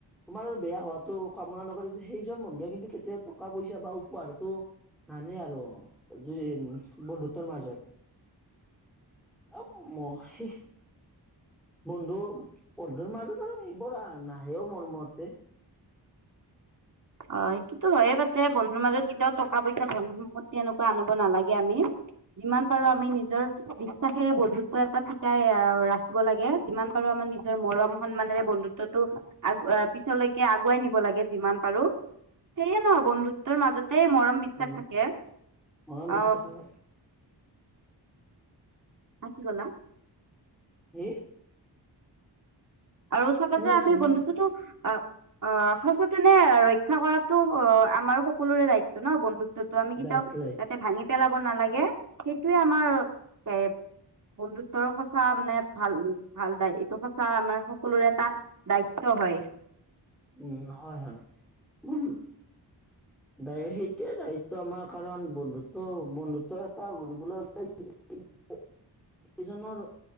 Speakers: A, in the centre; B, on the right (about 45°).
A: তোমাৰ বেয়া হোৱাটো কামনা নকৰে সেইজন বন্ধুৱে কিন্তু কেতিয়াও টকা পইচা বা উপহাৰটো নানে আৰু যদি বন্ধুত্বৰ মাজত এ ম সেই বন্ধু বন্ধুৰ মাজত আৰু এইবোৰ নাহেও মোৰ মতে।
B: অ' কিন্তু হয় পিছে আছে বন্ধুৰ কেতিয়াও টকা পইচা ধন সম্পত্তি তেনেকুৱা আনিব নালাগে আমি। যিমান পাৰো আমি নিজৰ বিশ্বাসেৰে বন্ধুত্ব এটা টিকাই আ ৰাখিব লাগে। যিমান পাৰো আমাৰ নিজৰ মৰম সন্মানেৰে বন্ধু ত্বটো আগ আ পিছলৈকে আগুৱাই নিব লাগে যিমান পাৰো। সেয়ে ন বন্ধুত্বৰ মাজতে মৰম বিশ্বাস
A: উম
B: থাকে অ'।
A: মৰম বিশ্বাস হে
B: হা কি ক'লা
A: সেই
B: আৰু চাবা
A: শুনি
B: যে
A: আছো
B: আমি
A: শুনি
B: বন্ধুত্বটো
A: আছো
B: আ অ সচেতনে ৰক্ষা কৰাতো অ' আমাৰো সকলোৰে দায়িত্ব ন বন্ধু ত্বটো আমি কেতিয়াও
A: দায়িত্ব দায়িত্ব
B: যাতে ভাঙি পেলাব নালাগে সেইটোয়ে আমাৰ এ বন্ধুত্বৰ সঁচা মানে ভাল ভাল দাই এইটো সঁচা আমাৰ স সকলোৰে এটা দায়িত্ব হয়।
A: উম হয় হয় উম দায় সেইটোয়ে দায়িত্ব আমাৰ কাৰণ বন্ধুত্ব- বন্ধুত্ব এটা গঢ়িবলৈ হলে <unintelligible> এজনৰ